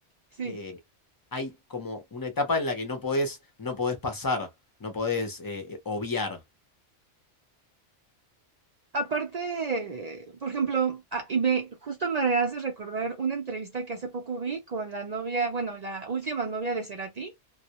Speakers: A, on the right; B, on the left.
A: sí.
B: eh, hay como una etapa en la que no podés, no podés pasar, no podés eh, obviar.
A: Aparte, por ejemplo, ah, y me justo me hace recordar una entrevista que hace poco vi con la novia, bueno, la última novia de Cerati,